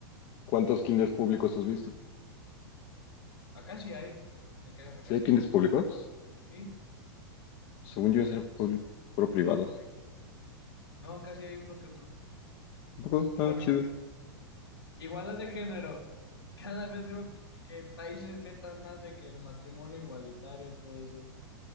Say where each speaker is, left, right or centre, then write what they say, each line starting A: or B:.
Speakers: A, on the left (about 45°); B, on the left (about 80°).
A: ¿Cuántos kinders públicos has visto?
B: Acá sí hay. Acá, acá
A: ¿Sí
B: sí.
A: hay kinders públicos?
B: Sí.
A: Según yo, era puro, puro privado.
B: No, acá sí hay uno que otro.
A: Un poco, ah,
B: Bueno,
A: chido.
B: igualdad de género. Cada vez veo que países vetan más de que el matrimonio igualitario y todo eso.